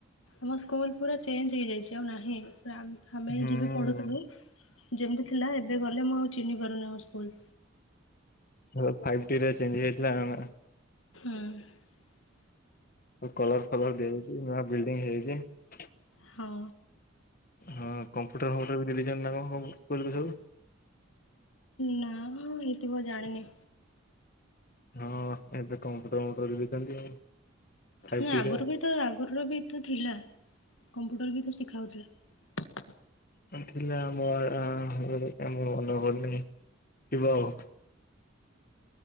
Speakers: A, on the left; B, on the left.
A: ଆମ ସ୍କୁଲ୍ ପୁରା ଚେଞ୍ଜ ହେଇଯାଇଛି। ଆଉ ନାହିଁ ସେ ଆମ ଆମେ
B: ହୁଁ
A: ହିଁ ଯେବେ ପଢୁଥୁଲୁ ଯେମତି ଥିଲା ଏବେ ଗଲେ ମୁଁ ଆଉ ଚିହ୍ନି ପାରୁନି ଆମ ସ୍କୁଲ୍।
B: ହଁ ଫାଇଭ୍ ଟି ରେ ଚେଞ୍ଜ ହେଇଯାଇଥିଲା ନା।
A: ଉଁହୁ।
B: ଓ କଲର୍ ଫଲର ଦିଆଯାଇଚି। ନୂଆ ବିଲ୍ଡିଂ ହେଇଯାଇଚି।
A: ହଁ।
B: ହଁ କମ୍ପୁଟର ଫମ୍ପୁଟର ବି ଦେଇ ଦେଇଚନ୍ତି ନା କଣ ଆମ ସ୍କୁଲ୍ କୁ ସବୁ।
A: ନା ହେଇଥିବ ଜାଣିନି।
B: ହଁ ଏବେ କମ୍ପୁଟର ଫମ୍ପୁଟର ଦେଇଛନ୍ତି ଆଉ। ଫାଇଭ୍
A: ନା
B: ଟି
A: ଆଗୁରୁ
B: ରେ
A: ବି ତ, ଆଗରୁ ବି ତ ଥିଲା କମ୍ପୁ ଟର ବି ତ ଶିଖାହଉଥିଲା।
B: ହଁ ଥିଲା। ଆ ମୋର ଆ, ହେଲେ ଏ ମୋ ମନେ ପଡୁନି, ଥିବ ଆଉ।